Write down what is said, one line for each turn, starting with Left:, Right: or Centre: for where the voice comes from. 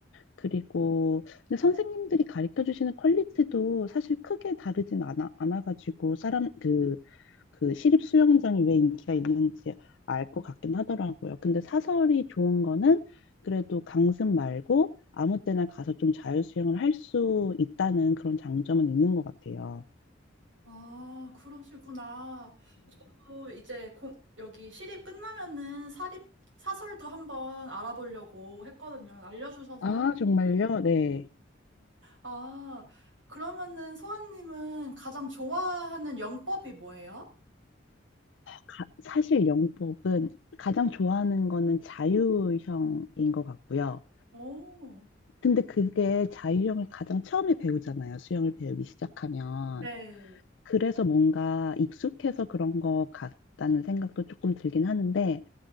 Left: 그리고 근데 선생님들이 가르쳐 주시는 퀄리티도 사실 크게 다르진 않아, 않아가지고 사람 그, 그 시립 수영장이 왜 인기가 있는지 알 것 같긴 하더라고요. 근데 사설이 좋은 거는 그래도 강습 말고 아무 때나 가서 좀 자유 수영을 할 수 있다는 그런 장점은 있는 것 같아요.
Right: 아, 그러시구나. 또 이제 공, 여기 시립 끝나면은 사립 사설도 한번 알아보려고 했거든요. 알려주셔서.
Left: 아, 정말요? 네.
Right: 아, 그러면은 서아님은 가장 좋아하는 영법이 뭐예요?
Left: 가- 사실 영법은 가장 좋아하는 거는 자유형인 것 같고요.
Right: 오,
Left: 근데 그게 자유형을 가장 처음에 배우잖아요. 수영을 배우기 시작하면.
Right: 네.
Left: 그래서 뭔가 익숙해서 그런 것 같다는 생각도 조금 들긴 하는데,